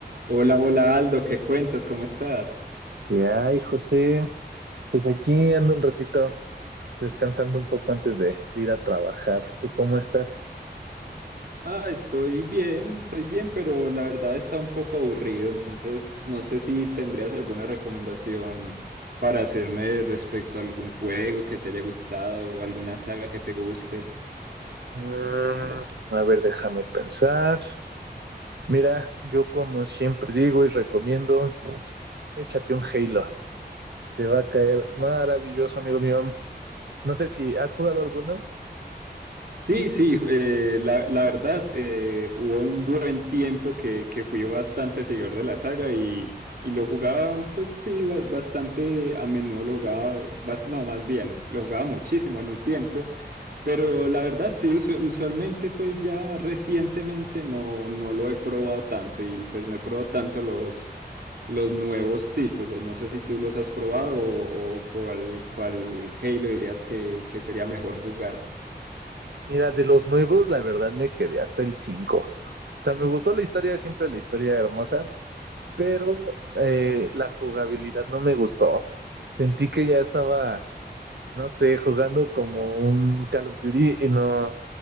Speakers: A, on the right (about 60°); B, on the right (about 80°).
A: Hola, hola Aldo, ¿qué cuentas? ¿Cómo estás?
B: ¿Qué hay, José? Pues aquí ando un ratito descansando un poco antes de, de ir a trabajar. ¿Tú cómo estás?
A: Ah, estoy bien, estoy bien, pero la verdad está un poco aburrido, entonces no sé si tendrías alguna recomendación para hacerme respecto a algún juego que te haya gustado o alguna saga que te guste.
B: Mm, a ver, déjame pensar. Mira, yo como siempre digo y recomiendo, échate un Halo. Te va a caer maravilloso, amigo mío. No sé si has jugado alguno.
A: Sí, sí, eh, la, la verdad, eh, hubo un buen tiempo que, que fui bastante seguidor de la saga y, y lo jugaba, pues sí, ba- bastante a menudo lo jugaba, bas- no, más bien, lo jugaba muchísimo en un tiempo, pero la verdad, sí, usu- usualmente, pues ya recientemente no, no lo he probado tanto y pues no he probado tanto los, los nuevos títulos, no sé si tú los has probado o, o cuál, cuál Halo dirías que, que sería mejor jugar,
B: Mira, de los nuevos, la verdad me quedé hasta el 5. O sea, me gustó la historia, siempre la historia hermosa, pero eh, la jugabilidad no me gustó. Sentí que ya estaba no sé, jugando como un Call of Duty y no